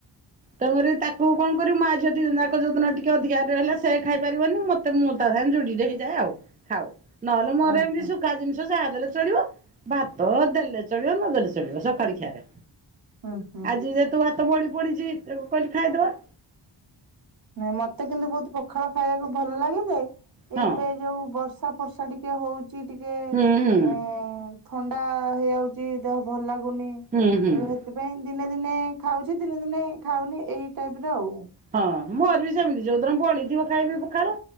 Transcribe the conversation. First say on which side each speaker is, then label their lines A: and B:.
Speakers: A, on the right; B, on the right.
A: ତେଣୁକରି ତାକୁ କଣ କରିବୁ ମାଆ ଝିଅ ଦିଜଣ ଯାକ ଯାକ ଯୋଉଦିନ ଟିକେ ଅଧିକା ହାରି ରହିଲା ସେ ଖାଇପାରିବନି ମତେ ମୁଁ ତା ସାଙ୍ଗେ ଯୋଡିଟେ ହେଇଯାଏ ଆଉ ଖାଉ। ନହେଲେ ମୋର
B: ଓ
A: ଏମିତି
B: ହୋ
A: ଶୁଖା ଜିନିଷ ଯାହା ଦେଲେ ଚଳିବ ଭାତ ଦେଲେ ଚଳିବ ନଦଲେ ଚଳିବ ସକାଳ ଖିଆରେ।
B: ହୁଁ ହୁଁ।
A: ଆଜି ଯେହେତୁ ଭାତ ବଳି ପଡିଛି ତ କହିଲି ଖାଇଦବା।
B: ନାଇଁ ମତେ କିନ୍ତୁ ବହୁତ ପ ଖାଳ ଖାଇବାକୁ ଭଲ ଲାଗେ ଯେ
A: ହଁ
B: ଏବେ ଯୋଉ ବର୍ଷା ବର୍ଷା ଟିକେ ହଉ ଚି ଟିକେ ଏଁ
A: ହୁଁ ହୁଁ
B: ଥଣ୍ଡା ହେଇଯାଉଛି ଦେହ ଭଲ ଲାଗୁ ନି
A: ହୁଁ ହୁଁ।
B: ତ ସେଥିପାଇଁ ଦିନେ ଦିନେ ଖାଉଛି ଦିନେ ଦିନେ ଖାଉନି ଏଇ ଟାଇପ ର ଆଉ।
A: ହଁ। ମୋର ବି ସେମିତି ଯୋଉଦିନ ବଳିଥିବ ଖାଇବି ପଖାଳ